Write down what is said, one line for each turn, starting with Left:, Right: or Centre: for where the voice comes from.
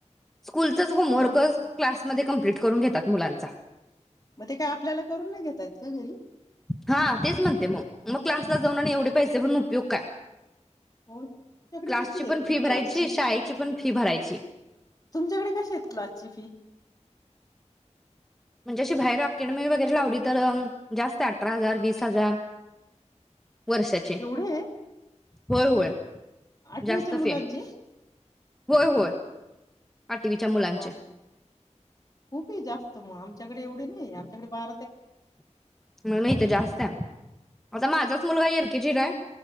Centre: स्कूलचाच होमवर्क
Left: हा
Centre: क्लास मध्ये कम- - कंप्लीट करून घेतात मुलांचा
Left: मग ते काय आपल्याला करून नाही घेता येत का घरी
Centre: हा तेच मनतेय मग मग क्लासला जाऊन आणि एवढे पैसे भरून उपयोग काय
Left: हो ना तुमच्याकडे
Centre: क्लासची
Left: किती
Centre: पण
Left: आहेत
Centre: फी
Left: क्लासची
Centre: भरायची. शाळेची पण फी भरायची. ची
Left: तुमच्याकडे कशी आहेत क्लासची फी
Centre: म्हणजे अशी बाहेर अकॅडमी वगैरे लावली तर अ जास्त आहे अठरा हजार वीस हजार वर्षाची
Left: एवढे
Centre: होय होय
Left: आठवीच्या
Centre: जास्त
Left: मुलांची
Centre: फी आहे होय होय आठवीच्या मुलांचे
Left: वाफ खूप हाय जास्त मग. आमच्याकडे एवढे नाहीये आमच्याकडे बा
Centre: मना इथे जास्त आहे. आता माझाच मुलगा एलकेजीलाय